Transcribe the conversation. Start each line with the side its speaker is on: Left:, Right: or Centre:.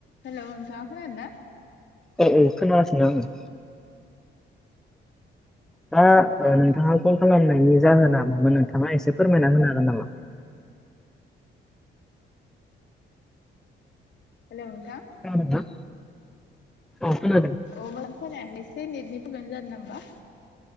Left: Hello नोंथाङा खोनादों ना
Centre: औ खोनासिनो आङो दा ओ नोंथाङा फन खालामनायनि जाहोना मामोन नोंथाङा एसे फोरमायना होनो हागोन नामा
Left: हेलौ नोंथां
Centre: औ नोंथां औ खोनादों
Left: अब खोनायाखै एसे नेटनि फ्रब्लेम जादों ना होमबा